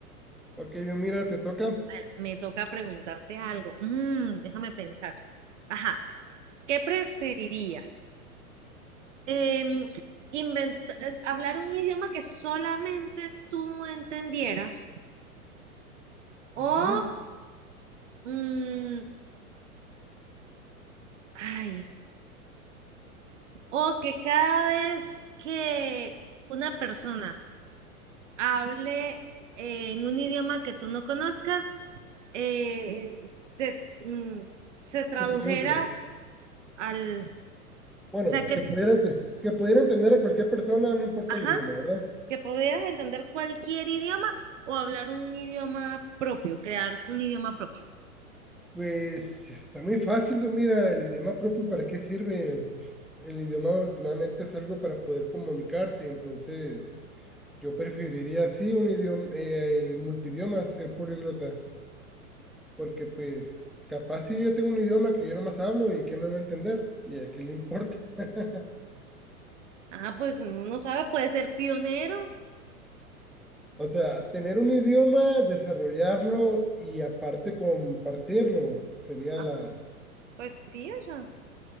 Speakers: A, in the centre; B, on the right (about 50°).
A: ok, yo mira, te toca.
B: A ver, me toca preguntarte algo. Mm, déjame pensar. Ajá, ¿qué preferirías? em, invent- eh, hablar un idioma que solamente tú entendieras o,
A: Ujú,
B: mm, ay, o que cada vez que una persona hable en un idioma que tú no conozcas, eh, se, mm, se tradujera
A: ¿Qué Te traduzca.
B: al, o
A: Bueno,
B: sea, que,
A: que pudiera, ente- que pudiera entender a cualquier persona, no importa
B: ajá,
A: el idioma, ¿verdad?
B: que pudieras entender cualquier idioma o hablar un idioma propio, crear un idioma propio.
A: Pues está muy fácil, yo mira, el idioma propio, ¿para qué sirve? El idioma últimamente es algo para poder comunicarse, entonces yo preferiría, sí, un idioma, eh, el multidioma, ser políglota. Porque pues capaz si yo tengo un idioma que yo nomás hablo y que no me va a entender y a qué le importa. <laughs>
B: Ajá, pues uno no sabe, puede ser pionero.
A: O sea, tener un idioma, desarrollarlo y aparte compartirlo sería
B: Ajá,
A: la
B: pues sí, o